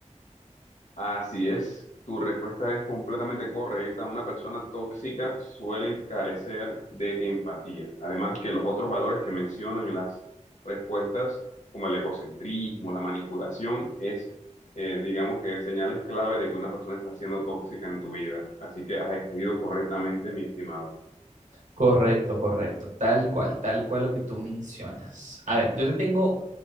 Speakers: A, on the left; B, on the right.
A: Así es, tu respuesta es completamente correcta. Una persona tóxica suele carecer de empatía. Además que los otros valores que mencionan en las respuestas, como el egocentrismo, la manipulación, es, eh, digamos que señales clave de que una persona está siendo tóxica en tu vida. Así que has escogido correctamente, mi estimado.
B: Correcto, correcto, tal cual, tal cual lo que tú mencionas. A ver, yo te tengo